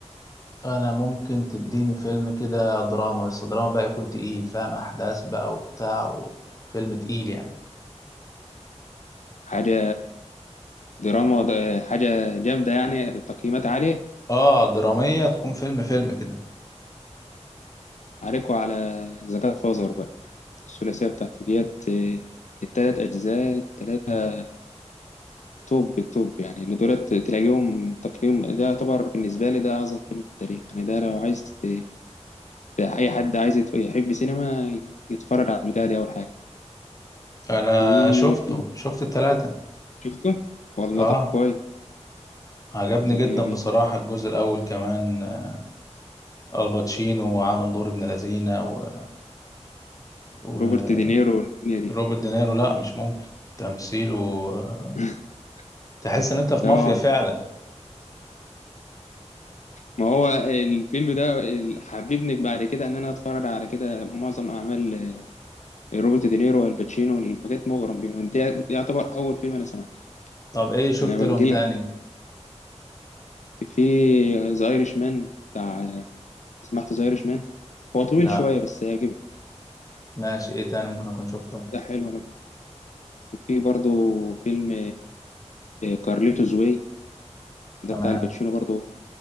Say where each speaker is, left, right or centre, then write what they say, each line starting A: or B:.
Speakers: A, on the left; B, on the left.
A: انا ممكن تديني فيلم كده دراما بس دراما بقى يكون تقيل فاهم احداث بقى وبتاع وفيلم تقيل يعني
B: حاجه دراما ده حاجه جامده يعني تقييمات عاليه
A: اه دراميه تكون فيلم فيلم كده
B: عليكوا على ذا جاد فازر بقى الثلاثيه بتاعته ديت إيه، التلات اجزاء التلاته توب التوب يعني اللي دولت تلاقيهم تقييم ده يعتبر بالنسبه لي ده اعظم فيلم في التاريخ يعني ده لو عايز ت- اي حد عايز يت- يحب سينما يتفرج على البتاع دي اول حاجه
A: انا
B: وفي
A: شفته شفت التلاتة
B: شفته والله
A: اه
B: طب كويس
A: عجبني
B: طب
A: جدا
B: مية مية
A: بصراحه الجزء الاول كمان آه، الباتشينو وعامل دور ابن لذينه و... وروبرت
B: روبرت دينيرو والدنيا دي
A: دينيرو لا مش ممكن تمثيله آه،
B: <laughs>
A: تحس ان انت في
B: اه
A: مافيا فعلا
B: ما هو الفيلم ده ال- حببني بعد كده ان انا اتفرج على كده معظم اعمال روبرت دينيرو والباتشينو بجد مغرم بيهم ده يعتبر اول فيلم انا سمعته
A: طب ايه شفت
B: انا بنجي
A: لهم تاني
B: لك في ذا ايرش مان بتاع سمعت ذا ايرش مان هو طويل
A: لا
B: شويه بس هيعجبك
A: ماشي ايه تاني ممكن اكون شفته
B: ده حلو انا وفي برضو فيلم كارليتوز واي ده
A: تمام
B: بتاع الباتشينو برضو